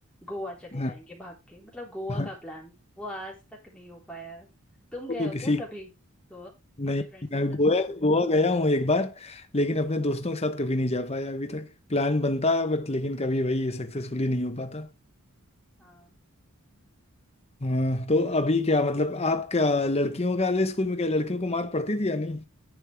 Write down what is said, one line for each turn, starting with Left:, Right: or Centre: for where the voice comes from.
Centre: गोवा चले
Left: हाँ
Centre: जाएंगे भाग के मतलब गोवा
Left: हाँ।
Centre: का प्लान वो आज तक नहीं हो पाया है तुम गए
Left: वो तो
Centre: हो
Left: किसी
Centre: क्या कभी गोवा
Left: नहीं
Centre: अपने फ्रेंड्स
Left: मैं
Centre: के साथ
Left: गोवा गोवा गया हूँ एक बार लेकिन अपने दोस्तों के साथ कभी नहीं जा पाया अभी तक प्लान बनता है बट लेकिन कभी वही सक्सेसफुली नहीं हो पाता
Centre: हाँ
Left: हाँ तो अभी क्या मतलब आप क्या लड़कियों का वाले स्कूल में क्या लड़कियों को मार पड़ती थी या नहीं